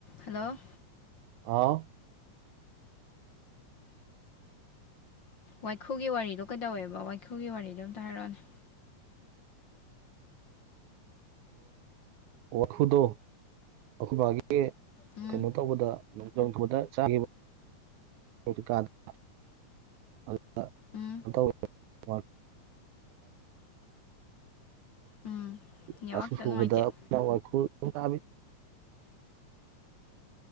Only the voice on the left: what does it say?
Hello.
ꯋꯥꯏꯈꯨꯒꯤ ꯋꯥꯔꯤꯗꯣ ꯀꯩꯗꯧꯋꯦꯕ ꯋꯥꯏꯈꯨꯒꯤ ꯋꯥꯔꯤꯗꯣ ꯑꯝꯇ ꯍꯥꯏꯔꯛꯑꯣꯅꯦ꯫
ꯎꯝ
ꯎꯝ
ꯎꯝ ꯅꯦꯠꯋꯥꯛ
ꯈꯤꯇꯪ ꯅꯨꯡꯉꯥꯏꯇꯦ